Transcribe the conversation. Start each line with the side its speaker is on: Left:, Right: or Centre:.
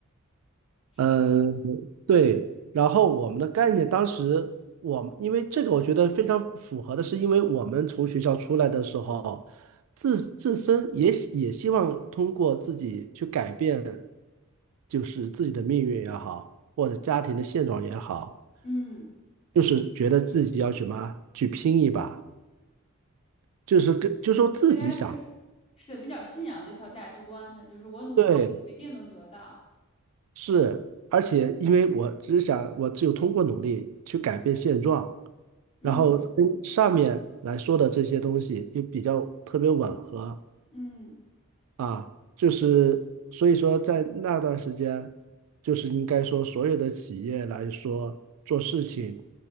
Left: 是
Right: 嗯，对。然后我们的概念，当时我们因为这个，我觉得非常符合的是，因为我们从学校出来的时候，自自身也也希望通过自己去改变，就是自己的命运也好，或者家庭的现状也好，
Left: 嗯，
Right: 就是觉得自己要去什么去拼一把，就是跟就说自己想。
Left: 大家是是的，比较信仰这套价值观的，就是我努力，
Right: 对，
Left: 我一定能得到。
Right: 是，而且因为我只想，我只有通过努力去改变现状，
Left: 嗯
Right: 然后跟上面来说的这些东西又比较特别吻合
Left: 嗯，
Right: 啊，就是所以说在那段时间，就是应该说所有的企业来说做事情，